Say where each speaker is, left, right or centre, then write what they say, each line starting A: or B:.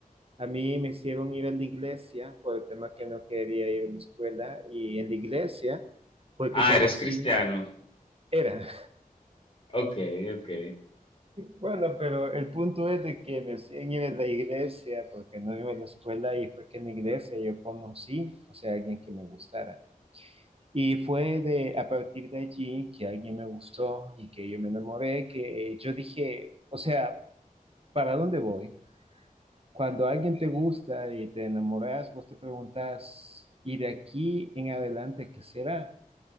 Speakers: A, on the right; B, on the left.
A: A mí me hicieron ir a la iglesia por el tema que no quería ir a la escuela y en la iglesia fue
B: Ah,
A: que conocí,
B: eres cristiano.
A: era.
B: Ok, ok.
A: Bueno, pero el punto es de que me siguen ir en la iglesia, porque no iba a la escuela y fue que en la iglesia yo conocí, o sea, alguien que me gustara. Y fue de, a partir de allí que alguien me gustó y que yo me enamoré, que yo dije, o sea, ¿para dónde voy? Cuando alguien te gusta y te enamoras, vos te preguntas, ¿y de aquí en adelante qué será?